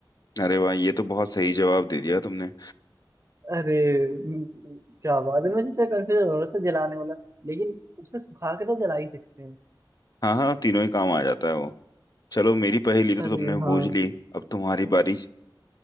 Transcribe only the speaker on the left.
अरे वाह ये तो बहुत सही जवाब दे दिया तुमने
हाँ हाँ तीनों ही काम आ जाता है वो चलो मेरी पहेली तो
तुमने
बूझ ली अब तुम्हारी बारी